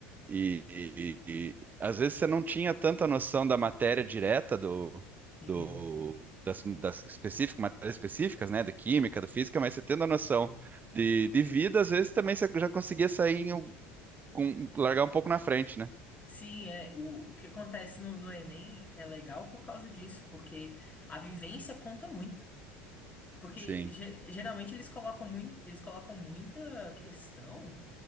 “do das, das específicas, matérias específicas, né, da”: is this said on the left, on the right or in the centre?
Right